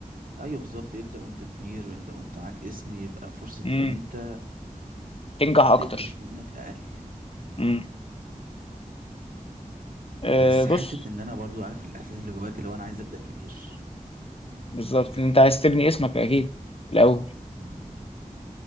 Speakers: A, on the right (about 80°); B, on the left (about 45°).
A: ايوه بالظبط ابدأ وانت كبير انت وانت معاك اسم يبقى فرصة
B: امم
A: ان انت
B: تنجح أكتر
A: تقلش منك اقل
B: امم آه
A: بس
B: بص
A: حتة ان انا برضو عارف الاحساس اللي جواك اللي هو انا عايز ابدأ كبير
B: بالظبط انت عايز تبني اسمك أكيد الأول
A: مم.